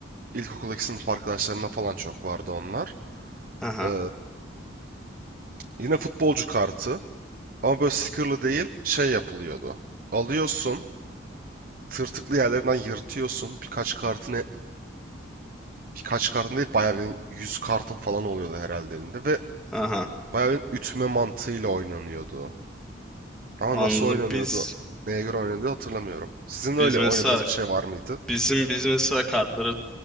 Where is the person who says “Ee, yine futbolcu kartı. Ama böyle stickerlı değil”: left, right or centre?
Right